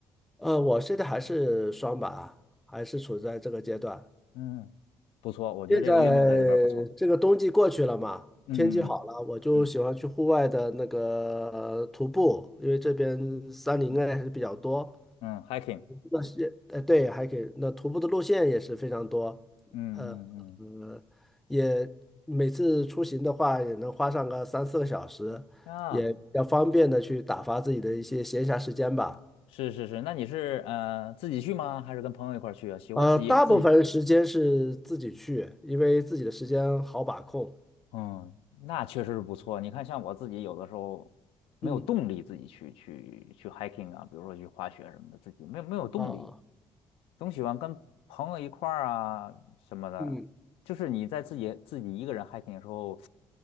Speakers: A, in the centre; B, on the left.
A: 呃，我现在还是双板啊，还是处在这个阶段。
B: 嗯，不错，我觉得这个运动在这边儿不错。
A: 现在这个冬季过去了嘛，
B: 嗯嗯
A: 天气好了，我就喜欢去户外的那个呃徒步，
B: 嗯
A: 因为这边山林啊还是比较多。
B: 嗯嗯嗯，hiking，
A: 那些，呃，对，还可以，那徒步的路线也是非常多。
B: 嗯嗯
A: 呃，呃，也每次出行的话，也能花上个三四个小时，
B: 嗯啊，
A: 也比较方便的去打发自己的一些闲暇时间吧。
B: 是是是，那你是呃自己去吗？还是跟朋友一块儿去啊？喜欢自己自己？
A: 呃，大部分时间是自己去，因为自己的时间好把控。
B: 嗯，那确实是不错。你看，像我自己有的时候没有动力自己去去去
A: 嗯
B: hiking 啊，比如说去滑雪什么的，自己没有没有动力，
A: 啊，
B: 总喜欢跟朋友一块儿啊什么的。
A: 嗯，
B: 就是你在自己自己一个人 hiking 的时候，